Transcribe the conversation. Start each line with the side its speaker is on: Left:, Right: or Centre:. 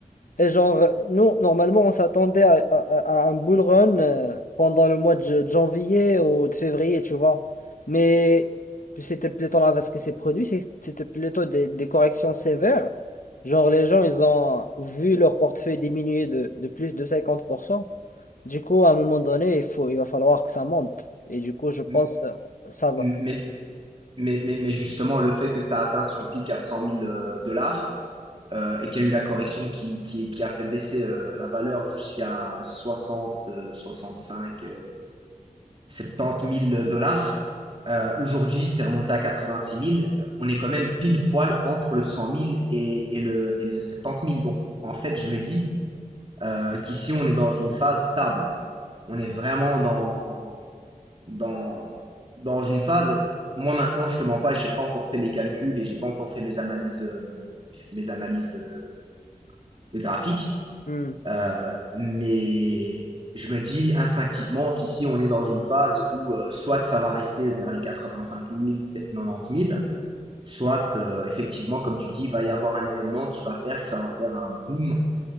Left: Et genre, nous, normalement, on s'attendait à, à- à un bull run euh, pendant le mois de de janvier ou de février, tu vois. Mais c'était plutôt l'inverse ce qui s'est produit, c'est- c'était plutôt des, des corrections sévères. Genre, les gens, ils ont vu leur portefeuille diminuer de, de plus de 50%. Du coup, à un moment donné, il faut, il va falloir que ça monte. Et du coup, je pense,
Right: m-
Left: euh, ça va.
Right: m- mais, mais, mais, mais justement, le fait que ça atteint son pic à 100 000 dollars euh, et qu'il y a eu la correction qui, qui, qui a fait baisser euh, la valeur jusqu'à 60, euh, 65, euh, 70 000 dollars. Euh, aujourd'hui, c'est remonté à 86 000. On est quand même pile poil entre le 100 000 et, et le, et le 70 000. Donc, en fait, je me dis euh, qu'ici, on est dans une phase stable. On est vraiment dans, dans, dans une phase. Moi, maintenant, je te mens pas, j'ai pas encore fait les calculs et j'ai pas encore fait mes analyses de, mes analyses de, de graphiques.
Left: Hmm,
Right: Euh, mais je me dis instinctivement qu'ici, on est dans une phase où euh, soit ça va rester vers les 85 000, 90 000, soit euh, effectivement, comme tu dis, il va y avoir un événement qui va faire que ça va faire un boom